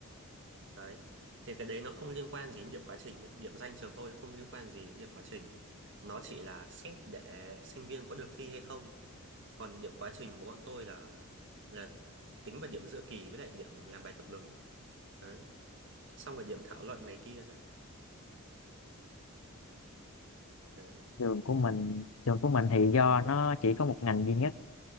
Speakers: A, on the right; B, on the left.
A: Đấy. Thì cái đấy nó không liên quan gì đến điểm quá trình nhé. Điểm danh trường tôi nó không liên quan gì đến điểm quá trình. Nó chỉ là xét để sinh viên có được thi hay không. Còn điểm quá trình của bọn tôi là là tính vào điểm giữa kỳ với lại điểm làm bài tập lớn. Đấy. Xong rồi điểm thảo luận này kia này. Đấy.
B: trường của mình trường của mình thì do nó chỉ có một ngành duy nhất